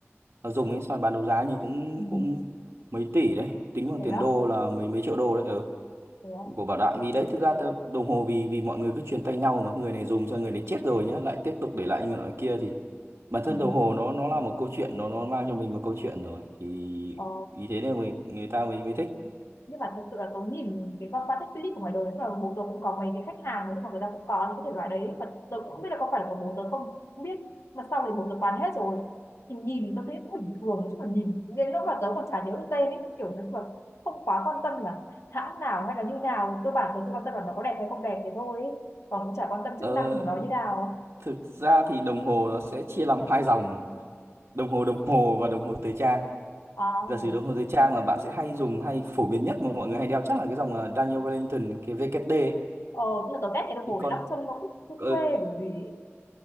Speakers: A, on the right; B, on the left.
A: ờ, dùng ấy xong rồi bán đấu giá như cũng
B: ừ
A: cũng mấy tỷ đấy tính bằng
B: thế
A: tiền
B: á
A: đô là mấy mấy triệu đô đấy ừ.
B: Thế á?
A: của Bảo Đại vì đấy thực ra tớ- đồng hồ vì vì mọi người cứ truyền tay nhau mà người này dùng xong người này chết rồi nhá lại tiếp tục để lại như người nọ kia thì bản
B: Ừ.
A: thân đồng hồ nó nó là một câu chuyện nó nó mang cho mình một câu chuyện rồi thì
B: Ờ,
A: vì thế nên người người ta mới mới thích
B: nhưng mà thật sự là tớ nhìn cái con Patek Philippe của ngoài đời tức là bố tớ cũng có mấy cái khách hàng nhưng mà người ta cũng có những cái thể loại đấy mà tớ cũng không biết là có phải là của bố tớ không không biết mà sau thì bố tớ bán hết rồi thì nhìn tớ thấy cũng bình thường chứ mà nhìn đến lúc mà tớ còn chả nhớ được tên ấy kiểu nói chung là cũng không quá quan tâm là hãng nào hay là như nào cơ bản tớ chỉ quan tâm là nó có đẹp hay không đẹp thế thôi ấy. còn cũng chả quan tâm chức
A: ờ,
B: năng của nó như nào
A: thực ra thì đồng hồ nó sẽ chia làm hai dòng đồng hồ đồng hồ và đồng hồ thời trang
B: à
A: giả sử đồng hồ thời trang mà bạn sẽ hay dùng hay phổ biến nhất mà mọi người hay đeo chắc là cái dòng ờ, Daniel Wellington cái VKD ấy.
B: ờ nhưng mà tớ ghét cái đồng
A: thì
B: hồ
A: con
B: đấy lắm trông nó cứ, cứ
A: ờ,
B: quê bởi vì ấy.